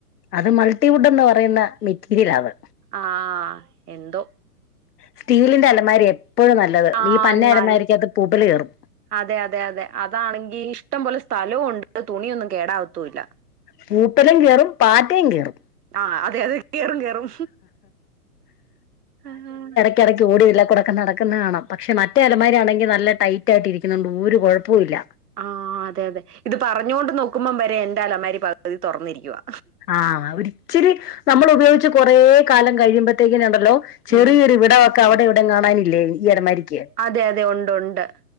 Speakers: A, on the left; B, on the right.
A: അത് മൾട്ടിവുഡ് എന്ന് പറയുന്ന മെറ്റീരിയലാണ്.
B: ആഹ് എന്തോ.
A: സ്റ്റീലിന്റെ അലമാരെ എപ്പഴും നല്ലത്
B: ആഹ്
A: ഈ പന്ന
B: നൽ
A: അലമാരിക്കകത്ത് പൂപ്പൽ കയറും.
B: അതെ അതെ അതെ അതാണെങ്കി ഇഷ്ടംപോലെ സ്ഥലവും ഉണ്ട്. തുണിയൊന്നും കേടാവത്തൂല്ല.
A: പൂപ്പലും കയറും പാറ്റയും കയറും.
B: ആഹ് അതെ അതെ കയറും കേയറും. അല്ലാഹ്
A: കെടയ്ക്ക് ഓടിയില്ല തൊറക്ക്ന്ന് അടക്കുന്നെ കാണാം പക്ഷ മറ്റേ അലമാരിയാണെങ്കിൽ നല്ല ടൈറ്റ് ആയിട്ട് ഇരിക്കുന്നത് കൊണ്ട് ഒരു കൊഴപ്പവും ഇല്ല.
B: ആ അതെ അതെ ഇത് പറഞ്ഞോണ്ട് നോക്കുമ്പം വരെ എന്റെ അലമാരി പകുതി തുറന്നിരിക്കുവാ.
A: ആഹ് ഒരിച്ചിരി നമ്മൾ ഉപയോഗിച്ച് കൊറെ കാലം കഴിയുമ്പത്തേക്കിനി ഉണ്ടല്ലോ. ചെറിയൊരു
B: ഉം
A: ഇവിടൊ ഒക്കെ അവിടിം ഇവിടം കാണാനില്ലേ. ഈ അലമാരിക്ക്
B: അതെ അതെ ഉണ്ട് ഉണ്ട്